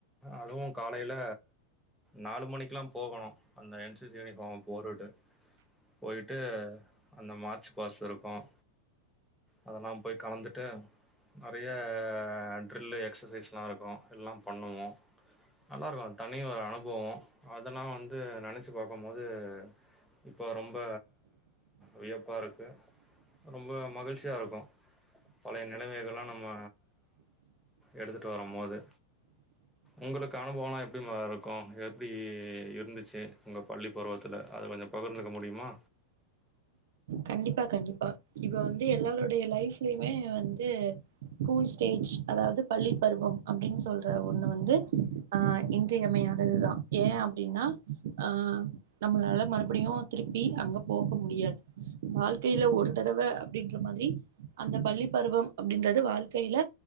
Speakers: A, in the centre; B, on the right.
A: அதுவும் காலேல நாலு மணிக்கெலாம் போகணும் அந்த என் சி சி யூனிபார்ம் போட்டுட்டு போயிட்டு அந்த மார்ச் பாஸ் இருக்கும் அதெல்லாம் போய் கலந்துட்டு நெறைய ட்ரில்லு எக்சசைஸ்லா இருக்கும் எல்லா பண்ணணு நல்லா இருக்கும் தனி ஒரு அனுபவம் அதெல்லா வந்து நெனைச் சு பாக்கும்போது இப்போ ரொம்ப வியப்பா இருக்கு ரொம்ப மகிழ்ச்சியா இருக்கும் பழைய நினைவுகள்லா நம்ம எடுத்துட்டு வரும் போது உங்களுக்கு அனுபவம்லா எப்டிமா இருக்கும் எப்படி இருந்துச்சு உங்க பள்ளி பருவத்துல அது கொஞ்சொ பகிர்ந்துக்க முடியுமா
B: கண்டிப்பா கண்டிப்பா இப்ப வந்து எல்லாருடைய லைஃப்லயுமே வந்து கூல் ஸ்டேஜ் அதாவது பள்ளி பருவம் அப்படின்னு சொல்ற ஒண்ணு வந்து ஆ இன்றியமையாததுதா ஏ ஏ அப்படின்னா ஆ நம்மளால மறுபடியும் திருப்பி அங்க போக முடியாது வாழ்க்கையில ஒரு தடவ அப்படின்ற மாதிரி அந்த பள்ளி பருவம் அப்டின்றது வாழ்க்கையில